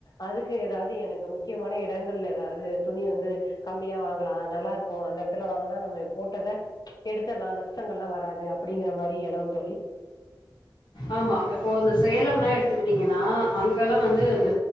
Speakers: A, on the left; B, on the left.
A: அதுக்கு ஏதாவது எனக்கு முக்கியமான எடங்கள்ல ஏதாவது துணி வந்து கம்மியா வாங்கலா நல்லா இருக்கு அந்த எடத்துல வாங்கனா நம்ம போட்டத எடுத்தர்லா நஷ்டங்கள் எல்லா வராது அப்டிங்கிற மாரி இட தோழி
B: ஆமா இப்போ இந்த சேலம் எல்லா எடுத்துக்கிட்டீங்கன்னா அங்க எல்லா வந்து அந்த